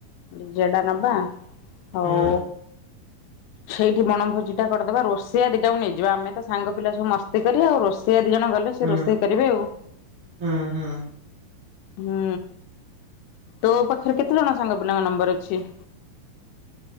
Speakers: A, on the left (about 80°); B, on the right (about 35°).
A: ଡିଜେ ଟା ନବା
B: ହୁଁ
A: ଆଉ ସେଇଠି ବଣଭୋଜି ଟା କରିଦବା ରୋଷେଇଆ ଦି ଟାକୁ ନେଇଯିବା। ଆମେ ତ ସାଙ୍ଗ ପିଲା ସବୁ ମସ୍ତି କରିବା ଆଉ ରୋଷେଇଆ ଦିଜଣ ଗଲେ ଲେ
B: ହୁଁ
A: ସେ ରୋଷେଇ କରିବେ ଆଉ।
B: ହୁଁ ହୁଁ।
A: ହୁଁ ତୋ ପାଖରେ କେତେ ଜଣ ସାଙ୍ଗ ପିଲାଙ୍କ ନମ୍ବର ଅଛି।